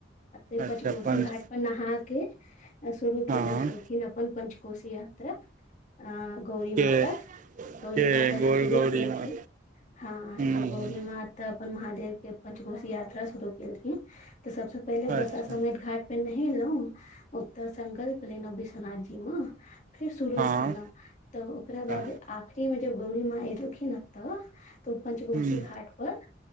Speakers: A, on the left; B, on the right.
A: एत्तेक पचकोशी
B: अच्छा पंच
A: घाट पर नहा कऽ शुरू कयने
B: हँ
A: छलखिन अपन पञ्चकोशी यात्रा। अँ गौरी
B: के
A: माता। गौरी
B: के
A: माता
B: गोर
A: जब शुरू
B: गौरी
A: केलखिन
B: माँ
A: हँ,
B: ह्म
A: जब गौरी माँ तऽ अपन महादेवके पंचकोशी यात्रा शुरू केलखिन, तऽ सभसँ पहिले
B: अच्छा
A: दशाश्वमेध घाट पर नहयलहुँ, ओतय सङ्कल्प लेलहुँ विश्वनाथन जीमे, फेर शुरू
B: हँ
A: केलहुँ, तऽ ओकरा बाद
B: हँ
A: आखिरी मे जब गौरी माँ एलखिन, एतय तऽ ओ पञ्च कोशी
B: ह्म
A: घाटपर